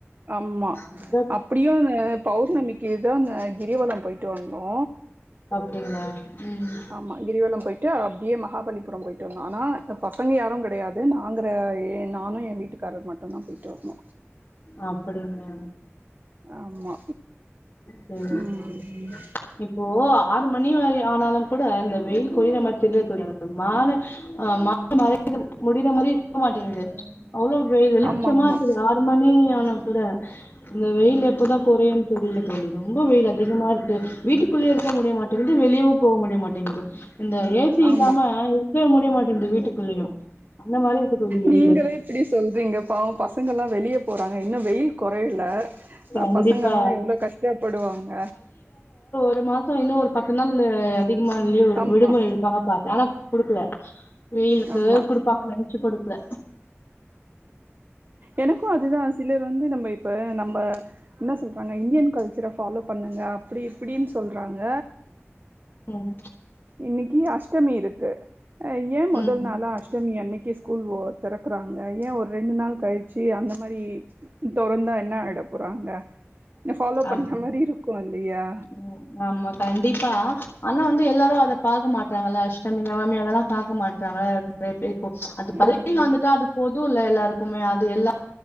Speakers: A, on the right; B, on the left.
A: ஆமா
B: எங்க
A: அப்டியுன் பௌர்ணமிக்கு இதான கிரிவலம் போயிட்டு வந்தோ
B: அப்டிங்ளா ம்
A: ஆமா கிரிவலம் போயிட்டு அப்டியே மகாபலிபுரம் போயிட்டு வந்தோ ஆனா பசங்க யாருங் கெடையாது நாங்க நானு என் வீட்டுக்காரர் மட்டுந்தான் போயிட்டு வந்தோ
B: அப்டிங்ளா
A: ஆமா
B: சேரிங்
A: ம்
B: சேரிங் சேரிங் ம் ஓ ஆறு மணி வரை ஆனாலுங் கூட இந்த வெயில் கொறயர மாரி தெரிதா தோழி நம்மால ஆ மாடு மற <inaudible> முடியற மாரி இருக்க மாட்டேங்குது அவ்ளோ வெ வெளிச்சமா
A: ஆமா ஆமா
B: இருக்குது ஆறு மணி ஆனா கூட இந்த வெயில் எப்போதா குறையுன் தெரில தோழி ரொம்ப வெயில் அதிகமா இருக்கு வீட்டுக்குள்ளயே இருக்க முடிய மாட்டேங்குது வெளியவும் போ முடிய மாட்டேங்குது இந்த ஏ சி
A: ஆமா
B: இல்லாம இருக்கவே முடிய மாட்டேங்குது வீட்டுக்குள்ளேயு அந்த மாரி இருக்கு தோழி வெயிலு
A: நீங்களே இப்டி சொல்றீங்க பாவோ பசங்கல்லா வெளிய போறாங்க இன்னு வெயில் கொறையல
B: கண்டிப்பா
A: அ பசங்கல்லா எவ்ளோ கஷ்டப்படுவாங்க
B: இந்த மாசோ இன்னு ஒரு பத்து நாள் அதிகமா லீவ்
A: ஆமா
B: விடுமுறை எடுப்பாங்க பாத்த ஆனா குடுக்கல வெயிலுக்கு
A: ஆமா
B: குடுப்பாங்க லஞ்ச்சு குடுக்கல
A: எனக்கு அதுதா சிலர் வந்து நம்ம இப்ப நம்ம என்ன சொல்றாங்க இந்தியன் கல்ச்சர ஃபாலோ பண்ணுங்க அப்டி இப்டின்னு சொல்றாங்க
B: ம்
A: இன்னிக்கி அஷ்டமி இருக்கு ஏன் முதல்
B: ம்
A: நாளா அஷ்டமி அன்னிக்கி ஸ்கூல் ஒ தெற க்கறாங்கா ஏன் ஒரு ரெண்டு நாள் கழிச்சு அந்த மாரி தொறந்தா என்ன ஆயிட போறாங்க ஃபலோ பண்ற
B: ஆமா
A: மாரி இருக்கோ இல்லையா
B: ம் ஆமா கண்டிப்பா ஆனா வந்து எல்லாரு அத பாக்க மாட்றாங்கல்ல அஷ்டமி நவமி அதெல்லா பாக்க மாட்றாங்கல்ல நெறைய பேருக்கு இப்போ அத பள்ளிக்குன்னு
A: ம்
B: வந்துட்டா அது போதுல்ல எல்லாருக்குமே அது எல்லா